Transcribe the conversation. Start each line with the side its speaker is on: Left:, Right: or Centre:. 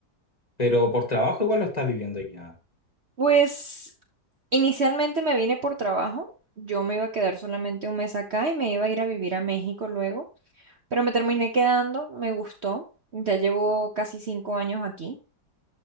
Left: pero por trabajo igual lo estás viviendo allá.
Right: Pues inicialmente me vine por trabajo. Yo me iba a quedar solamente un mes acá y me iba a ir a vivir a México luego, pero me terminé quedando, me gustó. Ya llevo casi cinco años aquí.